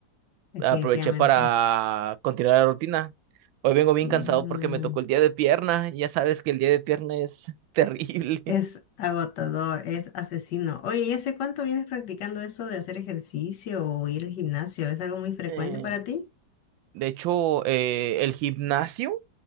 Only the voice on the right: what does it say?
aproveché para continuar la rutina. Hoy vengo
bien cansado
porque me tocó el día de pierna, y ya sabes que el día de pierna es <laughs> terrible.
<laughs>
Eh,
De hecho, eh, el gimnasio,